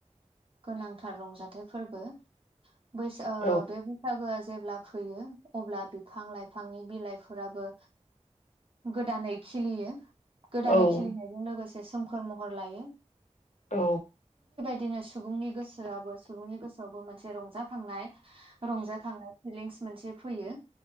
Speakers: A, on the right (about 45°); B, on the left (about 85°).
A: गोनांथार रंजाथाइ फोर्बो। बैस
B: औ
A: बे बैसागोआ जेब्ला फैयो अब्ला बिफां लाइफांनि बिलाइफोराबो गोदानै खिलियो।
B: औ
A: गोदानै खिलिनायजों लोगोसे सोमखोर महर लायो।
B: औ।
A: बिदिनो सुबुंनि गोसोआबो सुबुंनि गोसोआवबो मोनसे रंजाखांनाय रंजाखांनाय फिलिंस मोनसे फैयो।